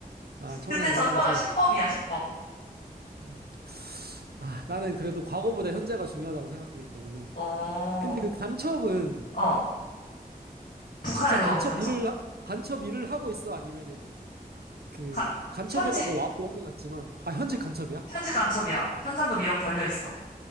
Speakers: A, on the right; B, on the left.
A: 아, 청산을
B: 근데 전과가
A: 한 거지.
B: 10범이야, 10범.
A: 음. 아, 나는 그래도 과거보다 현재가 중요하다고 생각하기 때문에.
B: 어,
A: 근데 그 간첩은
B: 어. 북한에서
A: 진짜 간첩
B: 온 간첩.
A: 일을, 하- 간첩 일을 하고 있어? 아니면은 그
B: 가,
A: 간첩이라고
B: 현직,
A: 와, 오긴 왔지만, 아, 현직 간첩이야?
B: 현직 간첩이야. 현상금 1억 걸려 있어.